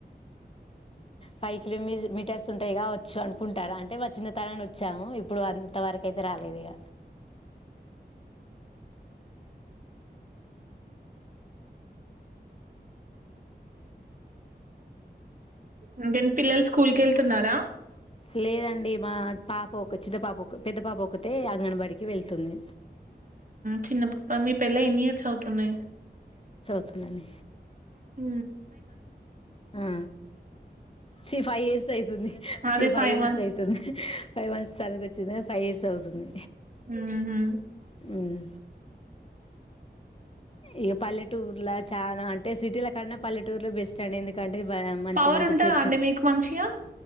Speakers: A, on the left (about 30°); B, on the right (about 50°).
A: ఫైవ్ కిలోమ మీటర్స్ ఉంటాయిగా వచ్చు అనుకుంటారు అంటే మా చిన్నతరాన్ని వచ్చాము ఇప్పుడు అంతవరకు అయితే రాలేదు ఇగ.
B: అంటేను పిల్లలు స్కూల్ క వెళ్తున్నారా.
A: లేదండి మా పాప ఒక చిన్న పాప ఒక పెద్ద పాప ఒకతే అంగన్వాడికి వెళ్తుంది.
B: చిన్నపప్ప మీ పెల్ల ఎన్ని ఇయర్స్ అవుతున్నాయి.
A: స్తు <unintelligible>
B: హ
A: ఆ చి ఫైవ్ ఇయర్స్ అవుతుంది
B: అదే
A: చి ఫైవ్ ఇయర్స్
B: మంత్స్
A: అయితుంది ఫైవ్ మంత్స్ వచ్చింది ఫై ఫవ్ ఇయర్స్ అవుతుంది
B: ఊహూ
A: హ్మ్ ఇక పల్లెటూర్లో చానా అంటే సిటీల కన్నా పల్లెటూర్లే బెస్ట్ <unintelligible> మంచి
B: పవర్
A: మంచి
B: ఉంటదా
A: చె
B: అండి మీకు మంచిగా